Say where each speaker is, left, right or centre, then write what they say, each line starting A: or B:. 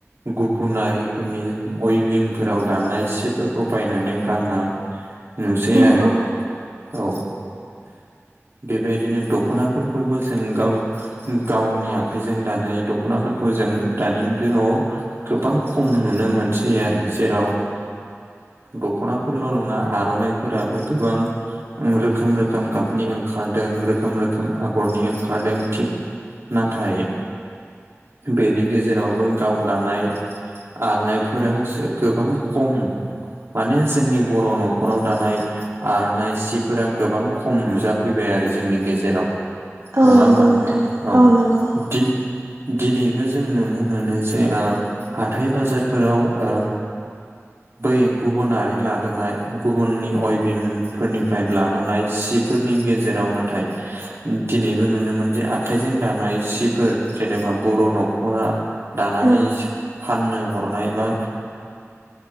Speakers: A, on the right; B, on the right.
A: गुबुनारिफोरनि अइभिंफोराव दानाय सिफोरखौ बायनानै गाननाय नुसै
B: औ
A: आरो
B: औ
A: औ बेबायदिनो दख'नाफोरखौबो जों गाव गावनि आखाइजों दानाय दख'नाफोरखौ जों दानि न'आव गोबां खम नुनो मोनसै आरो जेराव दख'नाफोरल' नङा आर'नाइफोराबो गोबां। रोखोम रोखोम गाबनि ओंखारदों रोखोम रोखोम आगरनि ओंखारदों थिग। नाथाय बेनि गेजेरावबो गाव दानाय आरनायफोरा गोबां। खम माने जोंनि बर' न'खराव दानाय आर'नाइ सिफोरा गोबां खम नुजाफैबाय आरो जोंनि गेजेराव
B: औ
A: नङा
B: नंगौ
A: होमबा नोंथां औ
B: नंगौ
A: दिन दिनैबो जों नुनो मोनो जे हाथाय बाजारफोराव ओ बै गुबुनारि लाबोनाय गुबुननि अयभिंफोरनिफ्राय लाबोनाय सिफ फोरनि गेजेराव नाथाय दिनैबो नुनो मोन जे आखाइजों दानाय सिफोर जेनेबा बर' न'खरा दानानै
B: औ
A: फाननो हरनाय बा